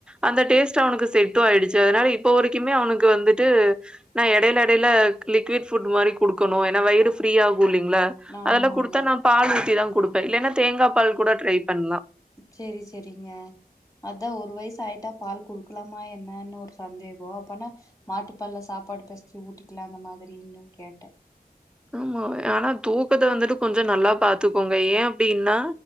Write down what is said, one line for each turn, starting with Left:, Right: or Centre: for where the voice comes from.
Centre: அந்த டேஸ்ட் அவனுக்கு செட்டு ஆயிடுச்சு அதனால இப்போ வரைக்குமே அவனுக்கு வந்துட்டு நா இடையில இடையில லிக்விட் ஃபுட் மாரி கொடுக்கணும் ஏன்னா வயிறுஃப்ரீயக கு இல்லீங்களா
Left: ஆமாங்க
Centre: அதெல்லாம் கொடுத்தா நான் பால் ஊட்டி தான் கொடுப்பேன் இல்லனா தேங்காய் பால் கூட ட்ரை பண்ணலாம்
Left: செரி செரிங்க அதான் ஒரு வயசு ஆயிட்டா பால் குடுக்கலாமா என்னன்னு ஒரு சந்தேகம் அப்பன்னா மாட்டுப்பால்ல சாப்பாடு பெசஞ்சு ஊத்திக்கலாம் அந்த மாதிரன்னும் கேட்டேன்
Centre: ஆமா ஆனா தூக்கத்த வந்துட்டு கொஞ்சம் நல்லா பாத்துக்கோங்க ஏன் அப்படின்னா